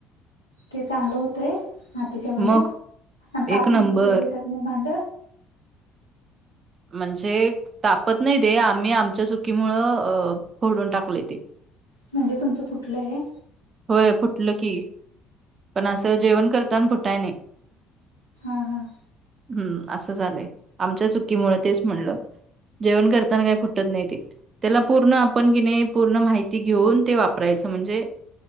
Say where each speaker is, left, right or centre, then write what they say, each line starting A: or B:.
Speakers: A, on the left (about 80°); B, on the right (about 40°).
A: ते चांगलं होतय, मातीच्या भांड्यात
B: मग
A: आणि तापून
B: एक नंबर
A: फुटतं बिटतं नाही भांड.
B: म्हणजे तापत नाही, ते आम्ही आमच्या चुकीमुळं अ फोडून टाकलोय ते.
A: म्हणजे तुमचं फुटलयं.?
B: होय, फुटलं की. पण असं जेवण करताना फुटाय नाही.
A: हा हा.
B: हम्म! असं झालंय आमच्या चुकीमुळे तेच म्हणलं. जेवण करताना, काही फुटत नाही ते. त्याला पूर्ण आपण किनइ पूर्ण माहिती घेऊन, ते वापरायचं म्हणजे